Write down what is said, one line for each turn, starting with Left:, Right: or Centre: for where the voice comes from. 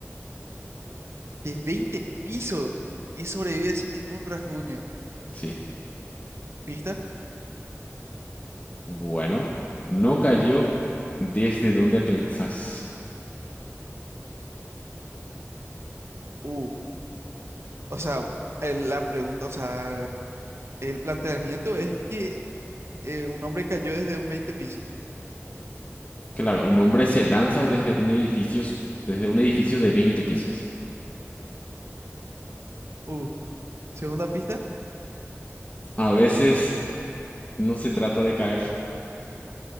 Right: De veinte pisos y sobrevive sin ningún rasguño.
Left: Sí.
Right: ¿Pista?
Left: Bueno, no cayó desde donde pensás.
Right: Uh. O sea, el- la pregunta, o sea, el planteamiento es que eh, un hombre cayó desde un 20 pisos.
Left: Claro, un hombre se lanza desde un edificio, desde un edificio de 20 pisos.
Right: Uh. Segunda pista.
Left: A veces no se trata de caer,